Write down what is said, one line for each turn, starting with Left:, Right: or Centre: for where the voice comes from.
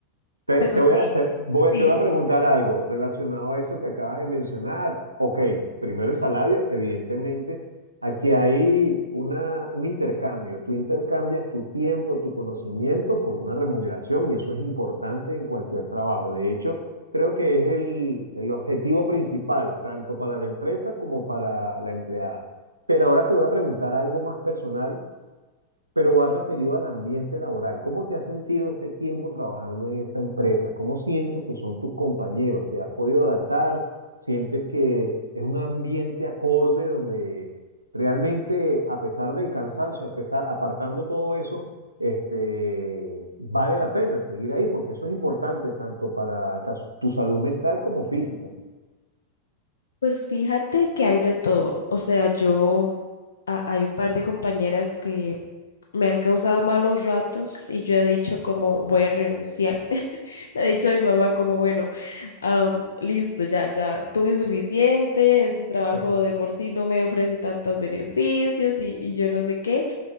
Right: Te,
Left: pero
Right: te
Left: sí,
Right: voy a, te, voy-
Left: sí.
Right: te voy a preguntar algo relacionado a eso que acabas de mencionar. Ok, primero el salario, evidentemente. Aquí hay una, un intercambio. Tú intercambias tu tiempo, tu conocimiento por una remuneración y eso es importante en cualquier trabajo. De hecho, creo que es el, el objetivo principal, tanto para la empresa como para la empleada. Pero ahora te voy a preguntar algo más personal pero va referido al ambiente laboral. ¿Cómo te has sentido este tiempo trabajando en esta empresa? ¿Cómo sientes que son tus compañeros? ¿Te has podido adaptar? ¿Sientes que es un ambiente acorde donde realmente, a pesar del cansancio, a pesar, apartando todo eso, este, vale la pena seguir ahí? Porque eso es importante tanto para ta- tu salud mental como física.
Left: Pues fíjate que hay de todo. O sea, yo, a- hay un par de compañeras que me han causado malos ratos y yo he dicho como voy a renunciar. <laughs> Le he dicho a mi mamá como, bueno, am, listo, ya, ya tuve suficiente, este trabajo
Right: <laughs>
Left: de por sí no me ofrece tantos beneficios y, y yo no sé qué.